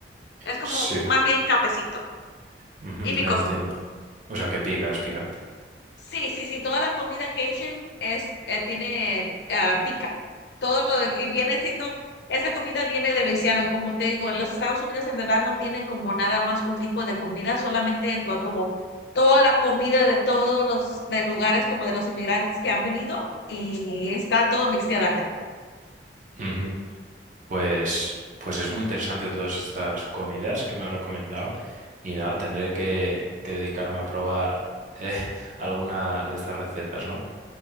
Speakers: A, on the left; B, on the right.
A: Es como
B: Sí,
A: más bien cafecito
B: ujú,
A: y picoso.
B: entiendo. O sea, que pica, es picante.
A: Sí, sí, sí, toda la comida Cajun es, eh, tiene ah, pica. Todo lo y viene siendo, esa comida viene de Luisiana, como te digo, en los Estados Unidos en verdad no tienen como nada más un tipo de comida, solamente es lo- como toda la comida de todos los de lugares como de los inmigrantes que han venido y está todo mixteado acá.
B: Ujú. Pues, pues es muy interesante todas estas comidas que me ha recomendado y nada, tendré que, que dedicarme a probar eh, <laughs> alguna de estas recetas, ¿no?